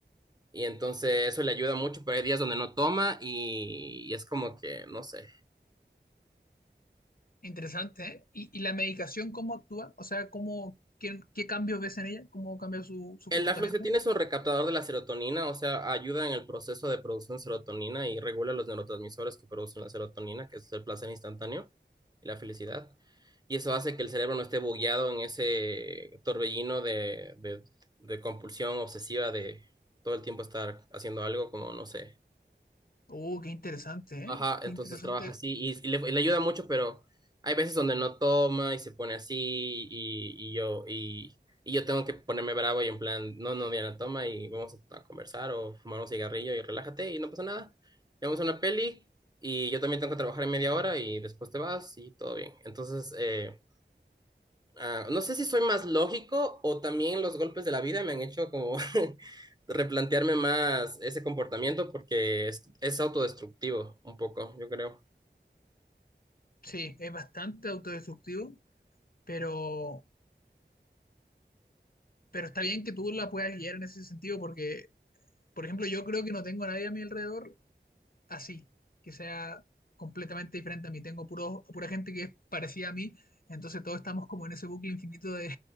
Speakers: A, on the right; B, on the left.
A: y entonces eso le ayuda mucho, pero hay días donde no toma y, y es como que, no sé.
B: Interesante, ¿eh? ¿Y, y la medicación cómo actúa? O sea, ¿cómo, qué, qué cambios ves en ella? ¿Cómo cambia su, su
A: El
B: comportamiento?
A: afloxetina es un recaptador de la serotonina, o sea, ayuda en el proceso de producción de serotonina y regula los neurotransmisores que producen la serotonina, que es el placer instantáneo y la felicidad. Y eso hace que el cerebro no esté bugueado en ese torbellino de, de, de compulsión obsesiva de todo el tiempo estar haciendo algo como, no sé,
B: Oh, qué interesante,
A: Ajá,
B: ¿eh? Qué
A: entonces
B: interesante.
A: trabaja así y, y le, y le ayuda mucho, pero hay veces donde no toma y se pone así y, y yo y, y yo tengo que ponerme bravo y en plan, no, no, Diana, toma y vamos a, conversar o fumar un cigarrillo y relájate y no pasa nada. Vemos una peli y yo también tengo que trabajar en media hora y después te vas y todo bien. Entonces, eh, ah, no sé si soy más lógico o también los golpes de la vida me han hecho como <laughs> replantearme más ese comportamiento porque es, es autodestructivo un poco, yo creo.
B: Sí, es bastante autodestructivo, pero, pero está bien que tú la puedas guiar en ese sentido porque, por ejemplo, yo creo que no tengo a nadie a mi alrededor así, que sea completamente diferente a mí. Tengo puro, pura gente que es parecida a mí, entonces todos estamos como en ese bucle infinito de,